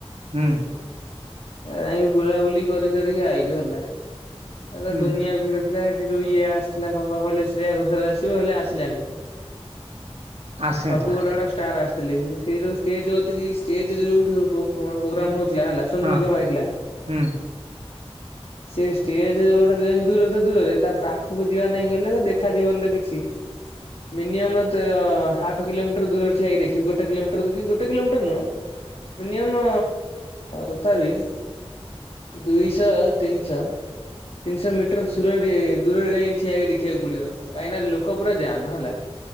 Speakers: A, on the right (about 75°); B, on the left (about 70°).
A: ହୁଁ।
B: ଯାଇକି ବୁଲାବୁଲି କରି କରିକି ଆଇଲୁ ହେଲା ଏ
A: ହୁଁ
B: ଦୁନିଆ ଭିଡ଼ <unintelligible> ଏଠି ଯୋଉ ଇଏ ଆସିଥିଲା କଣ କ କିଲେ ଶ୍ରୀଆ ଘୋଷାଲ ଆସିବ ହେଲେ ଆସିଲାନି।
A: ଆସିନଥିଲା
B: ସବୁ ଗୋଟେ ଗୋଟା ଷ୍ଟାର ଆସ ସେଇ ଯୋଉ ଷ୍ଟେଜ କତିକି ଷ୍ଟେଜ ରେ ଯୋଉଠି ପୋ ପ୍ରୋଗ୍ରାମ ହଉଥିଲା ହେଲା ସୋନୁ
A: ହଁ
B: ନିଗମ ଆଇଥିଲା।
A: ହୁଁ
B: ସେ ଷ୍ଟେଜ ଯୋଉ ଗୋଟେ ଦୂର ତ ଦୂରରେ ତା ପାଖକୁ ଯିବା ନେଇକା କହିଲେ ତ ଦେଖାଯିବନି ତ କିଛି ମିନିଅମ ତ ହାପ୍ କିଲୋମିଟର ଦୂରରେ ଠିଆ ହେଇକି ଦେଖିବୁ ଗୋଟେ କିଲୋମିଟର କି ଗୋଟେ କିଲୋମିଟର ନୁହଁ। ମିନିୟମ ତଥା ବିି। ଦୁଇଶହ ତିନିଶହ ତିନିଶହ ମିଟର ସୁରରେ। ଦୂରରେ କାହିଁ ଠିଆହେଇକି ଦେଖିବାକୁ ପଡିବ କାହିଁକି ନା ଲୋକ ପୁରା ଜାାମ ହେଲା।